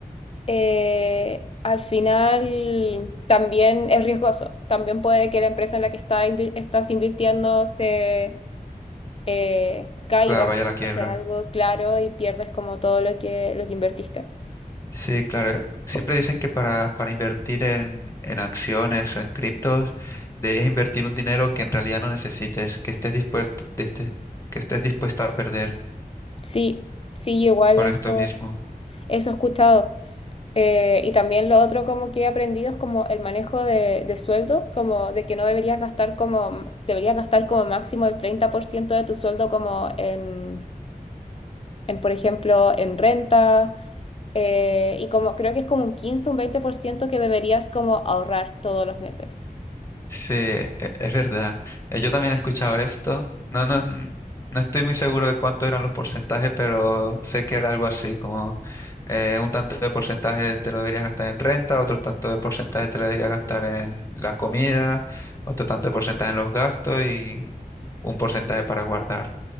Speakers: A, on the left (about 40°); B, on the left (about 20°).
A: eh, al final también es riesgoso. También puede que la empresa en la que está invi- estás invirtiendo se eh, caiga,
B: Claro, vaya la quiebra.
A: sea algo claro y pierdes como todo lo que, lo que invertiste.
B: Sí, claro. Siempre dicen que para, para invertir en, en acciones o en criptos, deberías invertir un dinero que en realidad no necesites, que estés dispuesto, de este- que estés dispuesto a perder
A: Sí, sí, igual
B: por
A: eso,
B: esto mismo.
A: eso he escuchado. Eh, y también lo otro como que he aprendido es como el manejo de, de sueldos, como de que no deberías gastar como, deberías gastar como máximo el 30% de tu sueldo como en, en, por ejemplo, en renta eh, y como creo que es como un 15 o un 20% que deberías como ahorrar todos los meses.
B: Sí, e- es verdad. Eh, Yo también he escuchado esto. No, no, es- no estoy muy seguro de cuántos eran los porcentajes, pero sé que era algo así, como eh, un tanto de porcentaje te lo deberías gastar en renta, otro tanto de porcentaje te lo deberías gastar en la comida, otro tanto de porcentaje en los gastos y un porcentaje para guardar.